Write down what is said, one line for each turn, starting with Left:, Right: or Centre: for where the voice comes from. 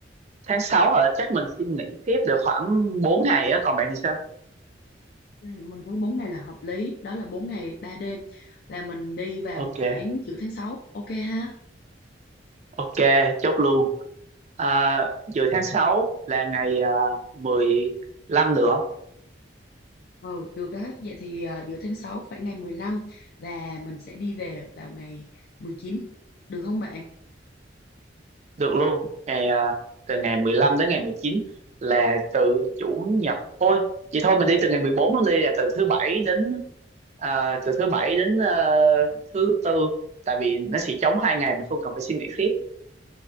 Right: tháng 6 hả? Chắc mình xin nghỉ phép được khoảng 4 ngày á, còn bạn thì sao?
Left: Ừ, mình thấy 4 ngày là hợp lý, đó là bốn ngày ba đêm là mình đi vào
Right: Ok,
Left: khoảng giữa tháng 6, ok ha?
Right: ok, chốt luôn. À, giữa tháng 6 là ngày uh, 15 nữa.
Left: Ừ, được đó. Vậy thì à, giữa tháng 6 khoảng ngày 15 và mình sẽ đi về vào ngày mười chín, được không bạn?
Right: Được luôn. Ngày à, từ ngày 15 đến ngày 19 là từ chủ nhật. Ôi, vậy thôi mình đi từ ngày 14 luôn đi là từ thứ bảy đến à, từ thứ bảy đến ờ, thứ tư tại vì nó sẽ trống hai ngày mình không cần phải suy nghĩ tiếp